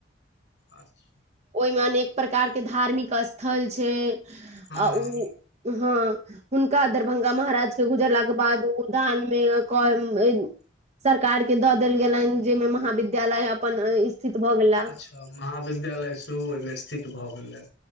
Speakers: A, on the left; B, on the right.
A: अच्
B: ओहिमे अनेक प्रकार के धार्मिक स्थ थल छै
A: हँ
B: आउ हँ हुनका दरभंगा महाराज के गुजरलाक के बाद उ दान में सरकार के दऽ देल गेलनि जाहिमे महाविद्यालय अपन स्थित भऽ गेला
A: अच्छा महाविद्यालय ओहिमे स्थित भऽ गेल हे